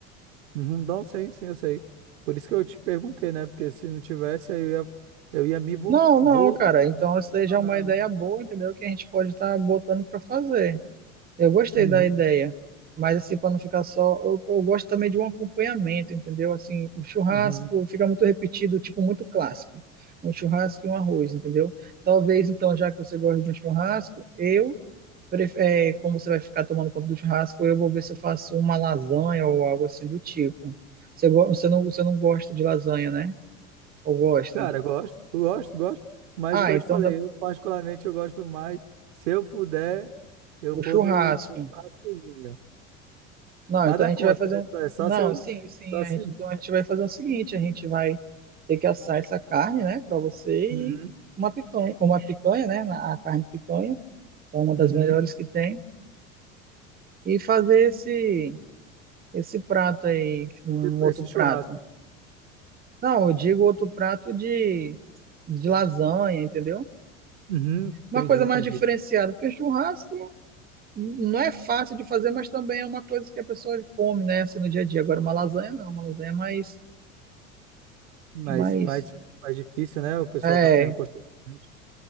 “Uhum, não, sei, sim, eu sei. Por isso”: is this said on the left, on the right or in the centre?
Right